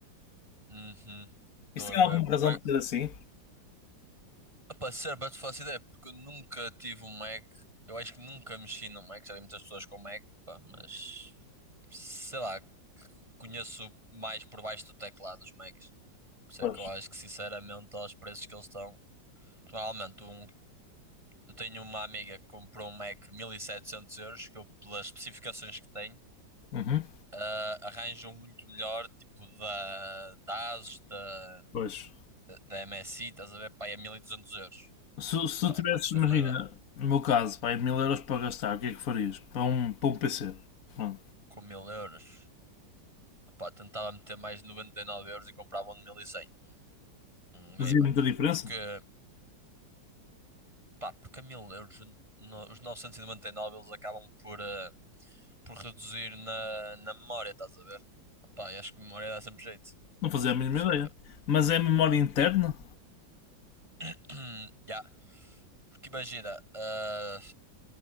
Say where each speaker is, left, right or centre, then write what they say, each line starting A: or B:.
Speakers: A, on the right (about 15°); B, on the left (about 50°).
A: uhum. Estou
B: Isso tem
A: a ver.
B: alguma razão
A: Para,
B: de ser assim?
A: opa, sério, para te faço ideia, porque eu nunca tive um Mac. Eu acho que nunca mexi no Mac. Já vi muitas pessoas com Mac, pá, mas sei lá, conheço mais por baixo do teclado os Macs. Por isso
B: Pois.
A: é que eu acho que, sinceramente, aos preços que eles estão. Normalmente, um, eu tenho uma amiga que comprou um Mac 1700 euros, que eu, pelas especificações que tem,
B: Uhum.
A: ah, arranjam muito melhor, tipo da, da ASUS, da.
B: Pois.
A: da da MSI, estás a ver? Pá, é 1200 euros.
B: Se, se
A: Pá,
B: tu tivesses,
A: 500
B: imagina,
A: euros mais barato.
B: no meu caso, pá, mil euros para gastar, o que é que farias? Para um, para um PC? Pronto.
A: Com 1000 euros. Pá, tentava meter mais de 99 euros e comprava um de 1100. Um, um
B: Fazia
A: gamer.
B: muita diferença?
A: Porque, pá, porque a 1000 euros, no- os 999 eles acabam por, eh, por reduzir na, na memória, estás a ver? Pá, eu acho que memória dá sempre jeito.
B: Não fazia a mínima
A: Por isso
B: ideia.
A: é que...
B: Mas é a memória interna?
A: <clears throat> Ya, Porque imagina, ah,